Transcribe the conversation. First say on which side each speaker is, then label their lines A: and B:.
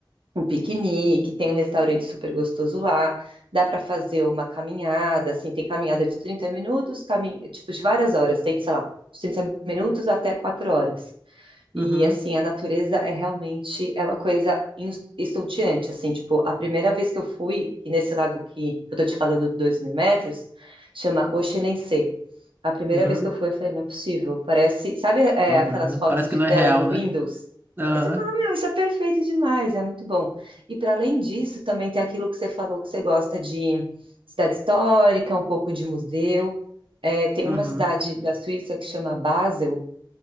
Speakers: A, on the right (about 85°); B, on the right (about 25°).
A: um piquenique, tem um restaurante super gostoso lá, dá para fazer uma caminhada, assim, tem caminhada de 30 minutos, camin... tipo, de várias horas, tem, sei lá, de 30 minutos até 4 horas.
B: Uhum,
A: E assim, a natureza é realmente é uma coisa ins- estonteante, assim, tipo, a primeira vez que eu fui, e nesse lago que eu tô te falando de dois mil metros, chama Oxenense. A primeira
B: uhum.
A: vez que eu fui, eu falei, não é possível, parece, sabe, é,
B: Não
A: aquelas
B: dá, né?
A: fotos
B: Parece que
A: de
B: não
A: tela
B: é real,
A: do
B: né?
A: Windows?
B: Aham,
A: Aí Você fala, meu, isso é perfeito demais, é muito bom. E para além disso, também tem aquilo que você falou que você gosta de cidade histórica, um pouco de museu. É, tem
B: uhum.
A: uma cidade da Suíça que chama Basel,